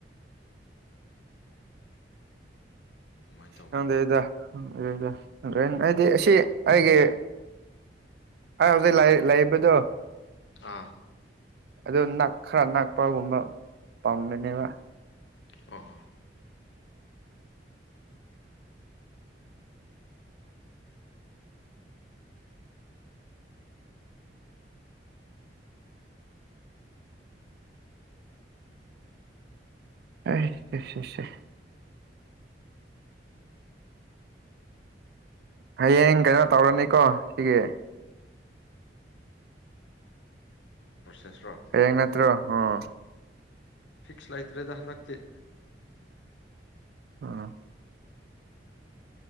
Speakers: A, on the left (about 80°); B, on the right (about 60°).
A: ꯑꯗꯨꯃꯥꯏꯅ ꯇꯧ
B: ꯍꯗꯦ ꯏꯗꯗ꯭ꯔꯗꯤ ꯁꯤ ꯑꯩꯒꯤ ꯍ‌ꯥꯏ ꯍꯧꯖꯤꯛ ꯂꯩ ꯂꯩꯕꯗꯣ
A: ꯑꯥ
B: ꯑꯗꯨ ꯅꯛ ꯈ꯭ꯔꯥ ꯅꯛꯄꯒꯨꯝꯕ ꯄꯥꯝꯕꯅꯦꯕ
A: ꯑꯣ
B: ꯍꯩ ꯆꯠꯁꯤꯁ‌ꯦ ꯍꯌꯦꯡ ꯀꯩꯅꯣ ꯇꯧꯔꯅꯤꯀꯣ ꯁꯤꯒꯤ
A: ꯄ꯭ꯔꯣꯁꯦꯁ꯭ꯔꯣ
B: ꯍꯅꯠꯇ꯭ꯔꯣ ꯑꯣ
A: ꯐꯤꯛꯁ ꯂꯥꯏꯇ꯭ꯔꯦ ꯗꯍꯅꯥꯛꯦ
B: ꯑ